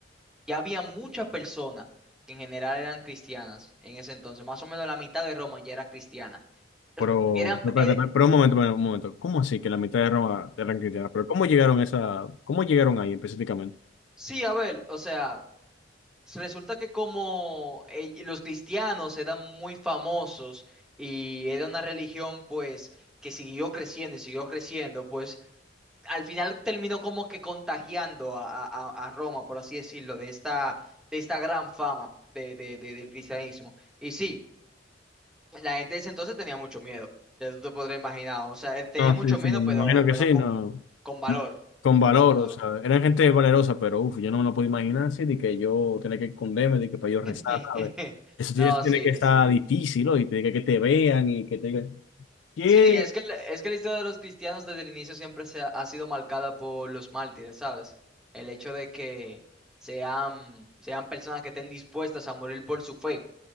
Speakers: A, in the centre; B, on the left.
A: Ya había muchas personas que en general eran cristianas en ese entonces. Más o menos la mitad de Roma ya era cristiana. Er-
B: Pero,
A: Eran,
B: pero, espérate,
A: er-
B: espérate, pero un momento, un momento. ¿Cómo así que la mitad de Roma eran cristianas? Pero ¿cómo llegaron a esa, cómo llegaron ahí específicamente?
A: sí, a ver, o sea, pues, Resulta que como eh, los cristianos eran muy famosos y era una religión pues que siguió creciendo y siguió creciendo, pues al final terminó como que contagiando a, a- a- a Roma, por así decirlo, de esta, de esta gran fama de, de- de- del cristianismo. Y sí, la gente de ese entonces tenía mucho miedo, ya tú te podrás imaginar, o sea, eh, tenía
B: No,
A: mucho
B: sí, sí,
A: miedo,
B: me imagino
A: pero,
B: que
A: pero
B: sí,
A: con,
B: no.
A: con valor,
B: Con valor,
A: con valor.
B: o sea, eran gente valerosa, pero uff, yo no me lo puedo imaginar así, de que yo tenía que esconderme, de que para yo rezar,
A: <laughs>
B: ¿sabes? Eso tiene,
A: No,
B: tiene
A: sí,
B: que estar
A: sí.
B: difícil, ¿no? Y tiene que, que te vean y que te digan, ¿qué?
A: Sí, es que, la- es que la historia de los cristianos desde el inicio siempre se ha, ha sido marcada por los mártires, ¿sabes? El hecho de que sean, sean personas que estén dispuestas a morir por su fe,